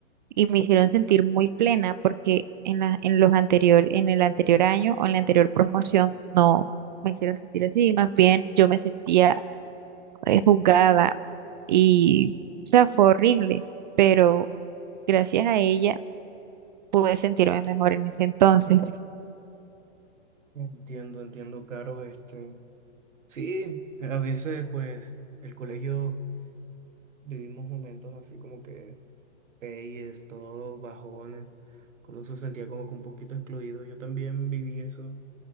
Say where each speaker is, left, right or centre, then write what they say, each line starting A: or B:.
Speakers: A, on the right (about 40°); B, on the right (about 80°).
A: y me hicieron sentir muy plena porque en la, en los anterior, en el anterior año o en la anterior promoción no me hicieron sentir así, más bien yo me sentía eh, juzgada y, o sea, fue horrible, pero gracias a ella pude sentirme mejor en ese entonces.
B: Entiendo, entiendo, Caro, este. Sí, a veces, pues, el colegio vivimos momentos así como que peyes, todos bajones, como se sentía como que un poquito excluido. Yo también viví eso